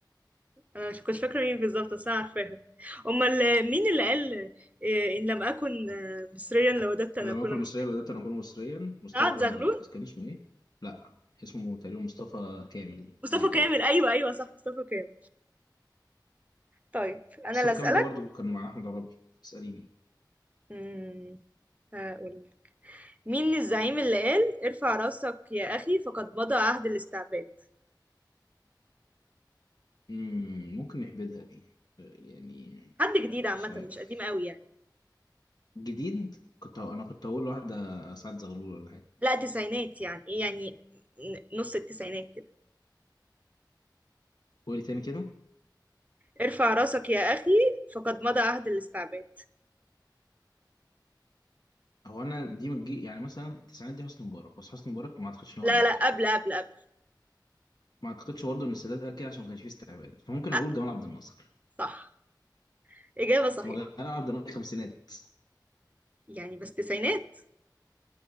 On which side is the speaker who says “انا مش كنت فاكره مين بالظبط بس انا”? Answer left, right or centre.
Right